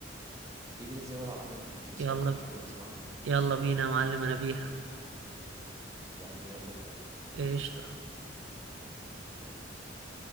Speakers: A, on the right; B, on the right.
A: تيجي ننزل نقعد على القهوة نسهر
B: يلا
A: كده لحد ما نسمعها
B: يلا بينا يا معلم انا بيها
A: يا عم يلا بينا
B: ايش
A: ماشي